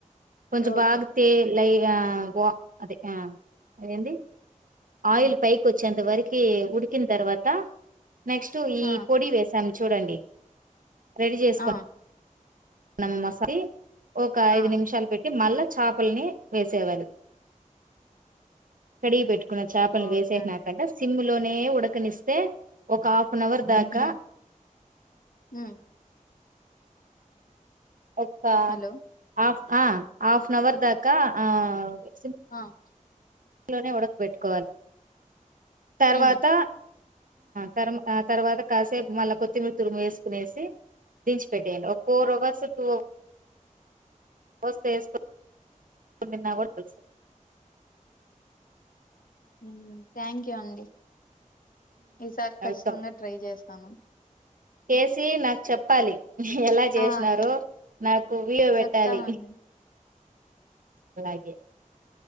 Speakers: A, on the right; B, on the left.
A: కొంచెం
B: ఓకే
A: బాగ తె లై క్యా గో అదే ఆ అదేంది ఆయిల్
B: హ్మ్
A: పైకి ఒచ్చంత అంతవరకి ఉడికిన్ తర్వాత నెక్స్ట్ ఈ
B: ఆ
A: పొడి వేసాను చూడండి రెడీ చేస్తాం
B: ఆ
A: న <inaudible> మ మసాల ఓక ఐదు
B: ఆ
A: నిమిషాలు పె మళ్ళా చేపలని వేసేవారు కడిగి పెట్టుకున్న చేపలను
B: ఓకే
A: వేసేసినాకంటె
B: అండి
A: సిమ్ లోనే ఉడకనిస్తే ఒక ఆఫ్ వన్ అవర్ దాకా
B: హ్మ్ హ్మ్
A: ఒక్క
B: హలో
A: ఆఫ్ ఆ ఆఫ్ హవర్ దాకా ఆ అదే
B: ఆన్
A: ఇంట్లో <inaudible> నే ఉడకపెట్టుకోవాలి తర్వాత
B: హ్మ్
A: తర్ తర్వాత కాసేపు మళ్ళా కొత్తిమీర తురుమి వేసుకునేసి దించి పెట్టేయండి ఒక ఫోర్ అవర్స్ టూ అవర్ వస్తే వేసుకన్నా కూడా తెలుా <unintelligible>
B: వునా థ్యాంక్ యూ అండి ఈసారి ఖచ్చితంగా
A: అర్థం
B: ట్రై చేస్ తను
A: చేసి నాకు చెప్పాలి ఎలా చేసినారో
B: ఆ చెప్
A: నాకు విడియో పెట్టాలి
B: చెప్తానండి
A: అలాగే